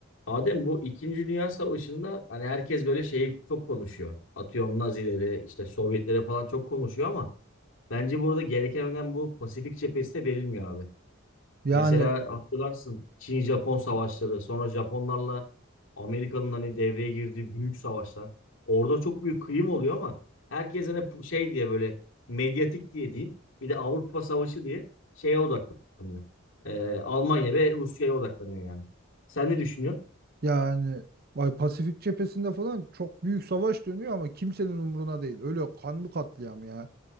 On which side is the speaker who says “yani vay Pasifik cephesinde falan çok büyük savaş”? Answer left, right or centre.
Right